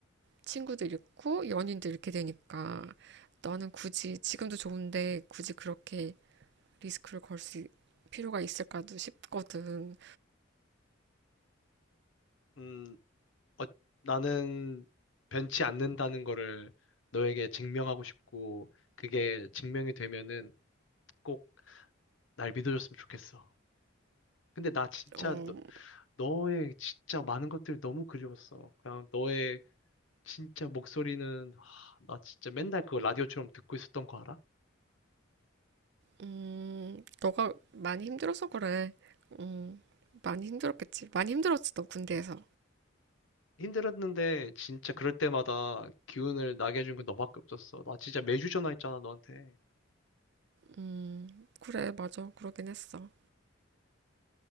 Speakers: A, on the right (about 55°); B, on the left (about 70°).
A: 친구도 잃고 연인도 잃게 되니까. 나는 굳이 지금도 좋은데 굳이 그렇게 리스크를 걸 수 필요가 있을까도 싶거든.
B: 음, 어, 나는 변치 않는다는 거를 너에게 증명하고 싶고, 그게 증명이 되면은 꼭 날 믿어줬으면 좋겠어. 근데 나 진짜
A: 어,
B: 너, 너의 진짜 많은 것들이 너무 그리웠어. 그냥 너의 진짜 목소리는, 하, 나 진짜 맨날 그거 라디오처럼 듣고 있었던 거 알아?
A: 음, 너가 많이 힘들어서 그래. 음, 많이 힘들었겠지. 많이 힘들었지, 너 군대에서.
B: 힘들었는데 진짜 그럴 때마다 기운을 나게 해준 건 너밖에 없었어. 나 진짜 매주 전화했잖아, 너한테.
A: 음, 그래, 맞아. 그러긴 했어.